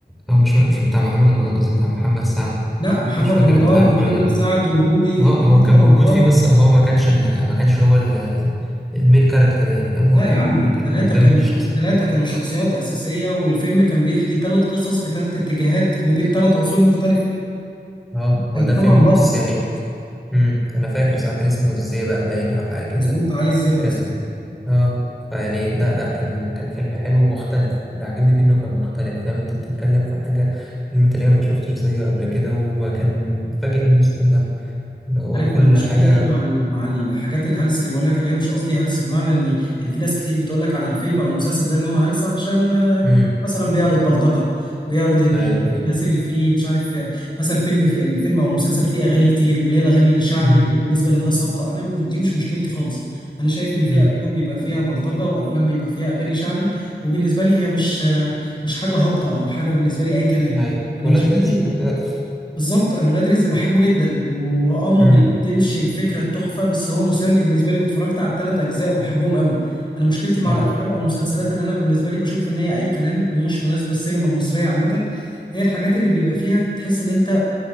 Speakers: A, in the centre; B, on the left.
A: هو مش مش بتاع محمد رمضان قصدي بتاع محمد سعد
B: لا محمد
A: مش فاكر
B: رمضان
A: انت عارفه
B: ومحمد
A: ولا
B: سعد وروبي
A: اه
B: الثلاثة
A: هو كان
B: كانوا
A: موجود
B: عصاب
A: فيه بس هو ما كانش ال... ما كانش هو ال... المين كاركتر يعني فاهم
B: لا
A: هو كان
B: يا عم
A: كان
B: التلاتة
A: من ضمن
B: كانوا
A: الشخص
B: التلاتة كانوا شخصيات أساسية والفيلم كان بيحكي تلات قصص في تلات اتجاهات ما بين تلات عصور مختلفة
A: اه هو
B: كان
A: ده
B: طبعا
A: فيلم
B: بطل
A: بص يعني امم انا فاكر صح كان اسمه الزيبق باين او حاجه كده
B: مظبوط علي الزئبق
A: كان اه فيعني لا لا كان كان فيلم حلو ومختلف اللي عجبني فيه انه كان مختلف فاهم انت بتتكلم في حاجه فيلم تقريبا ما شفتش زيه قبل كده وما كان فاجئ الناس كلها اللي هو
B: عارف
A: كل
B: انا مشكلتي
A: حاجه
B: مع ال- مع الحاجات الهلس اللي بقول لك عليها مش قصدي هلس بمعنى اني يعني في ناس كتير بتقول لك على الفيلم او المسلسل ده ان هو هلس علشان آه،
A: امم
B: مثلا بيعرض بلطجه بيعرض ان
A: ايوه ايوه
B: الناس اللي فيه مش عارف آه، مثلا الفيلم في الفيلم او المسلسل فيه اغاني كتير واللي هي الاغاني الشعبي
A: امم
B: اللي هي بالنسبه للناس هابطه انا مش- دي مش مشكلتي خالص انا شايف ان في
A: امم
B: افلام بيبقى فيها بلطجه وافلام بيبقى فيها اغاني شعبي وبالنسبه لي هي مش آه، مش حاجه هابطه او حاجه بالنسبه لي اي كلام
A: ايوه
B: انا
A: ولاد
B: مشكلتي
A: رزق <laughs>
B: بالظبط انا ولاد رزق بحبه جدا واه ما
A: امم
B: بيقدمش الفكره التحفه بس هو مسلي بالنسبه لي واتفرجت على الثلاث اجزاء وبحبهم قوي انا مشكلتي مع
A: اه
B: الافلام او المسلسلات اللي انا بالنسبه لي بشوف ان هي اي كلام ومش مناسبه السينما المصريه عامه هي الحاجات اللي بيبقى فيها تحس ان انت